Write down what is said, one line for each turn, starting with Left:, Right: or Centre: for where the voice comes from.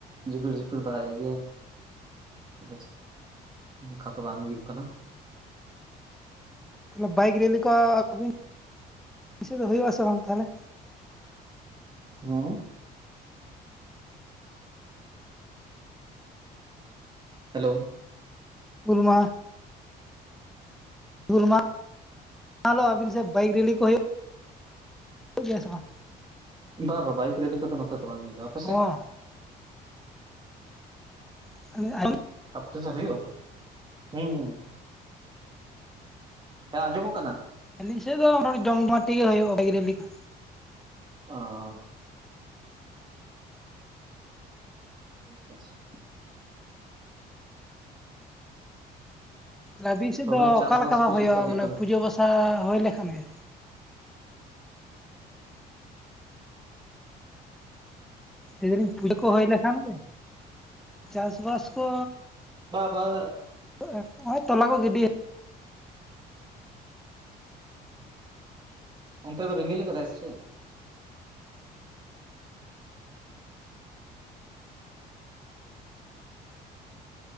Right: ᱡᱷᱤᱯᱤᱨ ᱡᱷᱤᱯᱤᱨ ᱫᱟᱜ ᱮᱫ ᱜᱮᱭᱟᱭ ᱟᱫᱚ ᱪᱮᱫ <unintelligible> ᱚᱱᱠᱟ ᱫᱚ ᱵᱟᱝ ᱦᱩᱭᱩᱜ ᱠᱟᱱᱟ
Centre: ᱛᱟᱦᱮ ᱵᱟᱭᱤᱠ ᱨᱮᱞᱤ ᱠᱚ <inaudible> ᱥᱮᱫ ᱫᱚ ᱦᱩᱭᱩᱜ-ᱟ ᱥᱮ ᱵᱟᱝ ᱛᱟᱦᱚᱞᱮ
Right: ᱦᱮᱸ ᱦᱮᱞᱳ
Centre: ᱦᱩᱞ ᱢᱟᱦᱟᱸ ᱦᱩᱞ ᱢᱟᱦᱟ <inaudible> ᱟᱹᱵᱤᱱ ᱥᱮᱫ ᱵᱟᱭᱤᱠ ᱨᱮᱞᱤ ᱠᱚ ᱦᱩᱭᱩᱜᱼᱟ ᱜᱮᱭᱟ ᱥᱮ ᱵᱟᱝ <unintelligible>
Right: ᱵᱟ ᱵᱟᱝ ᱵᱟᱭᱤᱠ ᱨᱮᱞᱤ ᱠᱚ ᱫᱚ ᱱᱚ ᱛᱮ ᱵᱟᱝ ᱦᱩᱭᱩᱜ ᱼᱟ, ᱟᱯᱮ
Centre: ᱦᱚᱸ
Right: ᱥᱮᱫ
Centre: <unintelligible>
Right: <unintelligible> ᱦᱩᱭᱩᱜ-ᱟ, ᱦᱩᱸ ᱦᱩᱸ᱾ ᱦᱮᱸ ᱟᱸᱡᱚᱢᱚᱜ ᱠᱟᱱᱟ
Centre: ᱟᱹᱞᱤᱧ ᱥᱮᱫ ᱫᱚ ᱡᱚᱢ ᱡᱚᱢᱴᱤᱜ ᱜᱮ ᱦᱩᱭᱩᱜᱼᱟ ᱵᱟᱹᱭᱤᱠ ᱨᱮᱞᱤ ᱠᱚ
Right: ᱚ ᱟᱪᱪᱷᱟ ᱟᱪᱪᱷᱟ
Centre: ᱛᱟᱦᱞᱮ ᱟᱹᱵᱤᱱ ᱥᱮᱫ
Right: ᱛᱚᱵᱮ
Centre: ᱫᱚ
Right: ᱪᱟᱥᱵᱟᱥ
Centre: ᱚᱠᱟ ᱞᱮᱠᱟ ᱵᱷᱟᱵ
Right: ᱠᱚ
Centre: ᱦᱩᱭᱩᱜᱼᱟ
Right: ᱪᱮᱫ ᱦᱩᱭᱩᱜ
Centre: ᱢᱟᱱᱮ
Right: ᱠᱟᱱᱟ
Centre: ᱯᱩᱡᱟᱹ ᱯᱟᱥ ᱟ ᱦᱩᱭ ᱞᱮᱠᱷᱟᱱ ᱜᱮ ᱮᱧ ᱯᱩᱭᱞᱟᱹ <unintelligible> ᱠᱚ ᱦᱩᱭ ᱞᱮᱠᱷᱟᱱ ᱜᱮ ᱪᱟᱥ ᱵᱟᱥ ᱠᱚ
Right: ᱵᱟ ᱵ <unintelligible>
Centre: ᱜᱚᱭ <unintelligible> ᱛᱚᱞᱟ ᱠᱚ ᱜᱤᱰᱤ
Right: ᱚᱱᱛᱮ ᱫᱚ ᱨᱤᱢᱤᱞ ᱠᱟᱫᱟᱭ ᱥᱮ ᱪᱮᱫ